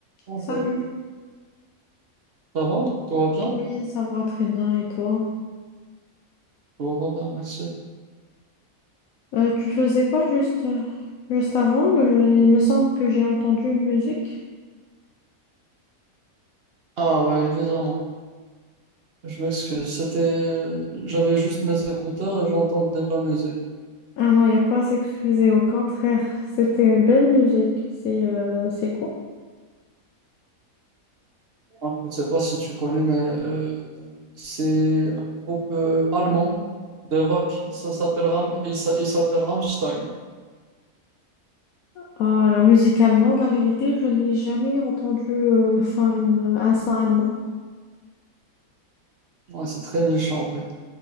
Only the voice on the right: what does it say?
Bonjour.
Ça va? Tout va bien?
Tout va bien, merci.
Ah ouais, évidemment. Je m'excuse. C'était, j'avais juste mes écouteurs et j'entendais de la musique.
Moi, Je ne sais pas si tu connais, mais euh, c'est un groupe euh, allemand de rock. Ça s'appelle Ram... Il s'a- il s'appelle Rammstein.
Ouais, c'est très riche en vrai.